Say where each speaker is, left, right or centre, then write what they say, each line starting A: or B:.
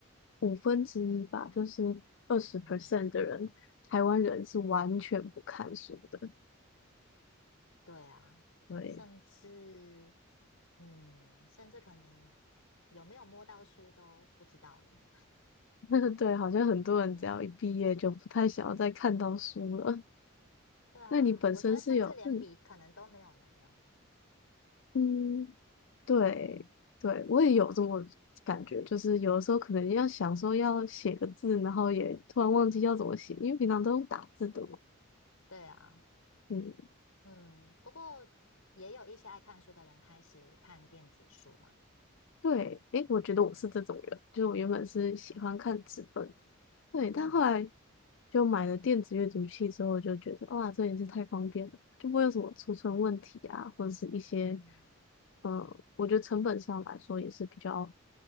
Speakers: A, on the left; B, on the left.
A: 五分之一吧，就是二十
B: 嗯，
A: percent 的人，台湾人是完全不看书的。
B: 对啊，
A: 对，
B: 甚至嗯，甚至可能有没有摸到书都不知道呢。
A: <laughs> 对，好像很多人只要一毕业就不太想要再看到书了。
B: 对啊，
A: 那你本身是有嗯
B: 我觉得甚至连笔可能都没有拿呢。
A: 嗯？对对，
B: 对啊，
A: 我也有这么感觉，就是有的时候可能要想说要写个字，然后也突然忘记要怎么写，因为平常都用打字的嘛。
B: 对啊，
A: 嗯，
B: 嗯，不过也有一些爱看书的人开始看电子书嘛。
A: 对，诶，我觉得我是这种人，
B: 嗯，
A: 就我原本是喜欢看纸本，
B: 哦，
A: 对，但后来
B: 嗯
A: 就买了电子阅读器之后，就觉得哇，这也是太方便了，就不会有什么储存问题啊，
B: 嗯
A: 或者是一些，
B: 嗯
A: 嗯、我觉得成本上来说也是比较